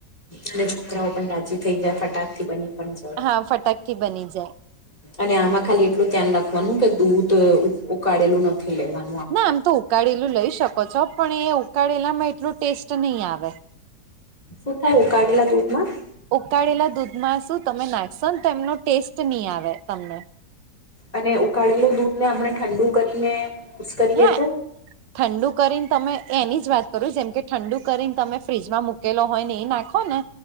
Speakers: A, on the left; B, on the right.
A: અને છોકરાઓ પણ રાજી થઈ જાય ફટાક થી બની પણ જાય
B: હા ફટાકથી બની જાય.
A: અને આમાં ખાલી એટલું ધ્યાન રાખવાનું કે દૂધ ઉકાળેલું નથી લેવા
B: ના આમ તો ઉકાળેલું લઈ શકો છો પણ એ ઉકાળેલામાં એટલું ટેસ્ટ નહી આવે.
A: શું થાય ઉકાળેલા દૂધ માં?
B: ઉકાળેલા દૂધમાં શું તમે નાખશો ને તો એમનો ટેસ્ટ નહી આવે તમને.
A: અને ઉકાળેલુ દૂધ ને આપણે ઠંડુ કરીને યુઝ કરીએ
B: હા
A: તો?
B: ઠંડુ કરીને તમે એની જ વાત કરુ જેમ કે ઠંડુ કરીને તમે ફ્રીજમાં મૂકેલો હોય ને એ નાખો ને